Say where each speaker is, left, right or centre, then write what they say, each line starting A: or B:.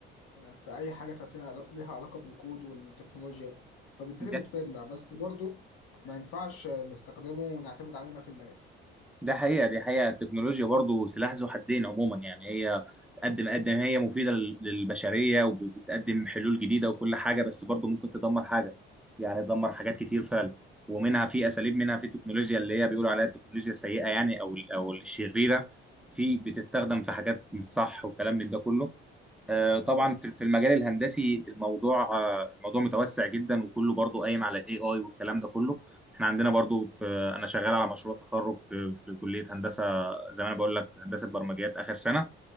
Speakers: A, on the left; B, in the centre.
A: في أي حاجة تفيها ليها علاقة بالكود والتكنولوجيا فبالتالي
B: ده
A: بتفيدنا بس برضه ما ينفعش نستخدمه ونعتمد عليه 100%
B: ده حقيقه دي حقيقه التكنولوجيا برضو سلاح ذو حدين عموما يعني هي قد ما قد ما هي مفيده لل- للبشريه وبتقدم حلول جديده وكل حاجه بس برضو ممكن تدمر حاجه يعني تدمر حاجات كتير فعلا ومنها في اساليب منها في التكنولوجيا اللي هي بيقولوا عليها التكنولوجيا السيئه يعني او ال- او الشريره في بتستخدم في حاجات مش صح وكلام من ده كله آه، طبعا
A: أيوه طب.
B: في في المجال الهندسي الموضوع آه، الموضوع متوسع جدا وكله برضو قايم على الاي اي والكلام ده كله احنا عندنا برضو في انا شغال على مشروع تخرج في في كليه هندسه زي ما انا بقول لك هندسه برمجيات اخر سنه